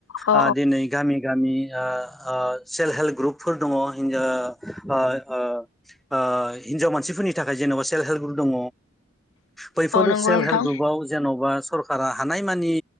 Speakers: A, on the left; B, in the centre.
A: औ
B: ओ दिनै गामि गामि ओ ओ सेल्फ हेल्प ग्रुपफोर दङ हिजाव ओ ओ ओइ हिनजाव मानसिफोरनि थाखाय जेन'बा सेल्फ हेल्प ग्रुप दङ बैफोर
A: औ नंगौ
B: सेल्फ
A: नोंथां
B: हेल्प ग्रुपाव जेन'बा सरकारा हानायमानि